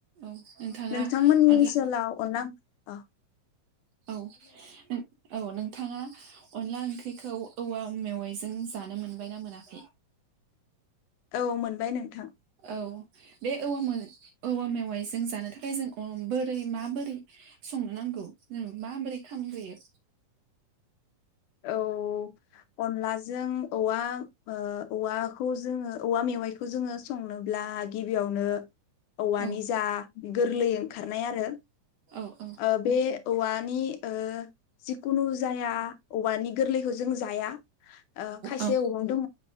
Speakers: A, on the right (about 60°); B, on the left (about 75°).
A: औ नोंथाङा
B: नोंथांमोननि
A: अनला
B: ओनसोलाव अनला ओं अह
A: औ नों औ नोंथाङा अनला ओंख्रिखौ औवा मेवाइजों जानो मोनबाय ना मोनाखै?
B: औ मोनबाय नोंथां।
A: औ बे औवा मे औवा मेवाइजों जानो थाखाय जों अ बोरै माबोरै संनो नांगौ जों माबोरै खामग्रोयो?
B: औ। औ अनलाजों औवा ओ औवाखौ जोङो औवा मेवाइखौ जोङो संनोब्ला गिबियावनो औवानि
A: औ
B: जा गोरलै ओंखारनाय आरो।
A: औ औ
B: ओ बे औवा नि ओ जिखुनु जाया औवानि गोरलैखौ जों जाया। ओ खायसे
A: औ
B: औवा दङ